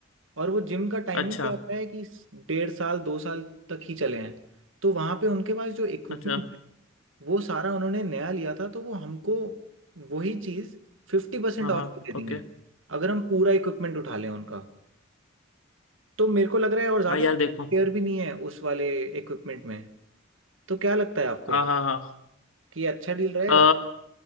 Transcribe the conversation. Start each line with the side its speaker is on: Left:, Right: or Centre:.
Right: और वो जिम का टाइमिंग
Left: अच्छा
Right: क्या आता है कि डेढ़ साल दो साल तक ही चले हैं तो वहाँ पे उनके पास जो इक्विपमेंट
Left: अच्छा
Right: है वो सारा उन्होंने नया लिया था तो वो हमको वही चीज़ फिफ्टी परसेंट
Left: हाँ
Right: ऑफ
Left: हाँ
Right: भी दे देंगे
Left: ओके
Right: अगर हम पूरा इक्विपमेंट उठा लें उनका तो मेरे को लग रहा है और ज़्यादा
Left: हाँ यार
Right: केयर
Left: देखो
Right: भी नहीं है उस वाले इक्विपमेंट में तो क्या लगता है आपको
Left: हाँ हाँ हाँ
Right: कि ये अच्छा डील रहेगा
Left: अ,